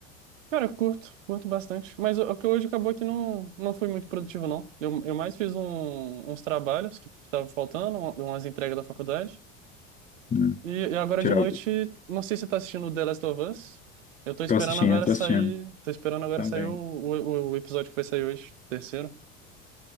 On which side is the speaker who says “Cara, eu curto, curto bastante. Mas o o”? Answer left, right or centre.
Right